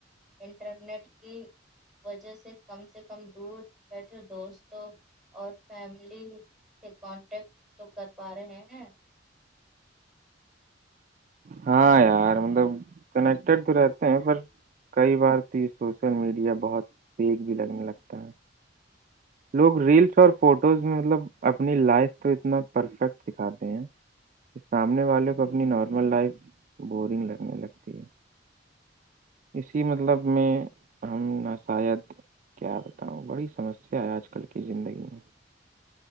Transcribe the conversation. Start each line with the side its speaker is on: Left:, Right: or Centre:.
Centre: انٹرنیٹ کی وجہ سے کم سے کم دور بیٹھے دوستوں اور فیملی سے کانٹیکٹ تو کر پا رہے ہیں
Right: ہاں یار مطلب کنیکٹیڈ تو رہتے ہیں پر کئی بار تو یہ سوشل میڈیا بہت فیک بھی لگنے لگتا ہے لوگ ریلس اور فوٹوز میں مطلب اپنی لائف تو اتنا پرفیکٹ دکھاتے ہیں سامنے والے کو اپنی نارمل لائف بورنگ لگنے لگتی ہے اسی مطلب میں ہم نہ شاید کیا بتاؤں بڑی سمسیا ہے آج کل کی زندگی میں